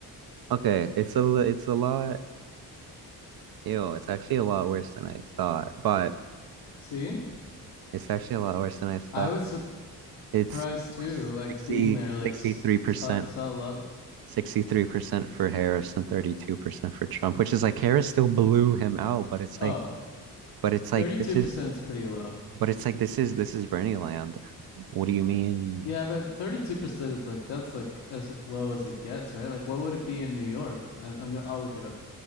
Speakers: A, on the right (about 60°); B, on the left (about 85°).
A: okay, it's a li- it's a lot. Ew, it's actually a lot worse than I thought, but
B: See?
A: it's actually a lot worse than I thought.
B: I was
A: It's
B: surprised too, like
A: sixty
B: being there, like
A: sixty
B: s-
A: three percent
B: saw, saw a lot.
A: 63% for Harris and 32% for Trump, which is like Harris still blew him out, but it's
B: Oh,
A: like, but it's like
B: thirty-two
A: this is,
B: percent is pretty low.
A: but it's like this is this is Bernie land. What do you mean?
B: Yeah, but 32% is like, that's like as low as it gets, right? Like, what would it be in New York? I'm, I'm gonna, I'll look it up.